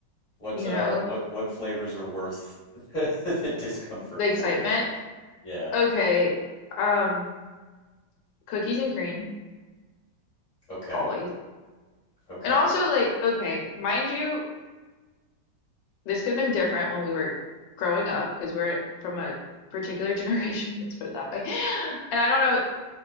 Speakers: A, on the left; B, on the left.
A: What
B: you
A: uh
B: know,
A: what what flavors are worth <laughs> the discomfort
B: the excitement.
A: for, you think? Yeah.
B: Okay. Um, cookies and cream,
A: Okay.
B: always.
A: Okay.
B: And also, like, okay, mind you, this could have been different when we were growing up because we're from a particular generation. <laughs> Let's put it that way. <gasps> And I don't know,